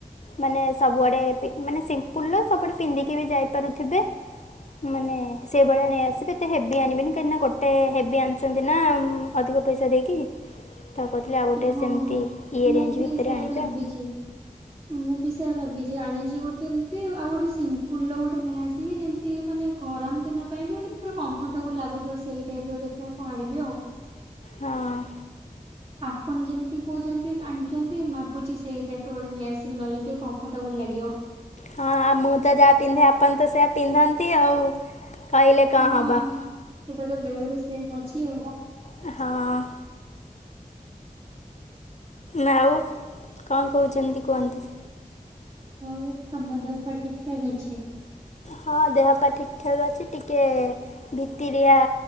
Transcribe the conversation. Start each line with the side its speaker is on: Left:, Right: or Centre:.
Left: ମାନେ ସବୁଆଡ଼େ ପି-ମାନେ ସିମ୍ପୁଲର ସବୁଆଡ଼େ ପିନ୍ଧିକି ବି ଯାଇପାରୁଥିବେ। ମାନେ ସେଭଳିଆ ନେଇ ଆସି ଏତେ ହେବି ଆଣିବେନି କାହିଁକି ନା ଗୋଟେ ହେବି ଆଣିଛନ୍ତି ନା ଉଁ, ଅଧିକ ପଇସା ଦେଇକି। ତ କହୁଥିଲେ ଆଉ ଗୋଟେ
Right: ହଁ
Left: ସେମିତି ଇଏ
Right: ମୁଁ
Left: ରେଞ୍ଜ
Right: ବି
Left: ଭିତରେ
Right: ସେୟା
Left: ଆଣିବେ।
Right: ଭାବିଛି। ମୁଁ ବି ସେୟା ଭାବିଚି। ଆଣିଛି ଗୋଟେ ଏମତି ଆଉ ଗୋଟେ ସିମ୍ପୁଲ ର ଗୋଟେ ନେଇ ଆସିବି ଯେମ ତି ମାନେ ଗରମ ଦିନ ପାଇଁ ବି ମାନେ ପୁରା କମ୍ଫର୍ଟେବୁଲ୍ ଲାଗୁଥିବ ସେଇ ଟାଇପ୍ ର ଦେଖିବା କଣ ଆଣିବି ଆଉ।
Left: ହଁ।
Right: ଆପଣ ଯେମିତି କହୁଚନ୍ତି ଆଣିଚନ୍ତି, ଭାବୁଚି ସେଇ ଟାଇପ୍ ର ଗୋଟେ ନେଇଆସିବି। ନହେଲେ ଟିକେ କମ୍ଫର୍ଟେବୁଲ୍ ଲାଗିବ।
Left: ହଁ ଆ, ମୁଁ ତ ଯାହା ପିନ୍ଧେ ଆପଣ ତ ସେଇଆ ପିନ୍ଧନ୍ତି ଆଉ କହିଲେ କଣ
Right: ହଁ
Left: ହବ।
Right: ସେଟା ତ ବେଳରୁ ସେମ୍ ଅଛି ଆଉ।
Left: ଏ ହଁ। ନା ଆଉ କଣ କହୁଚନ୍ତି କୁହନ୍ତୁ?
Right: ଆଉ ତୋମ ଦେହ ପା ଠିକଠାକ୍ ଅଛି?
Left: ହଁ ଦେହ ପା ଠିକ ଠାକ୍ ଅଛି। ଟିକେ ଭିତିରିଆ